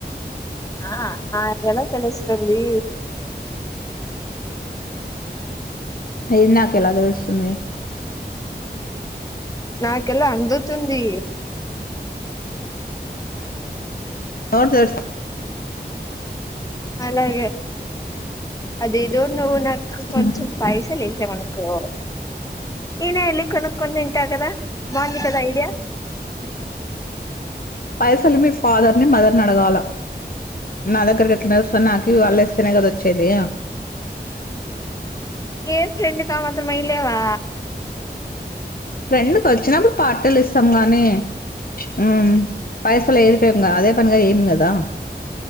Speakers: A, on the left (about 20°); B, on the left (about 55°).
A: ఆ నాక్ ఎలా తెలుస్తుంది
B: అయ్యి నాకు ఎలా తెలుస్తుంది
A: నాకెలా అందుతుంది
B: నోరు తెరుస్
A: అలాగే అదేదో నువ్వు నా కొంచం
B: మ్మ్
A: పైసలేె నకు ఇన వెళ్ళి కొనుక్ కొనుక్కొని తింటా కదా బాగుంది కద సైడ్యా
B: పైసలు మీ ఫాదర్ ని మదర్ ని అడగాల నా దగ్గరకి సన్నాకకి వాళ్ళ ఇస్తేనే కద వచ్చదీ
A: ఏ ఫ్రెండ్ కామాత్రం ఇయలేవా
B: ఫ్రెండ్కి వచ్చినప్పుడు పార్టీలు ఇస్తాం గానీ మ్ పైసలు ఎరికంగా అదే పనిగా ఏం కదా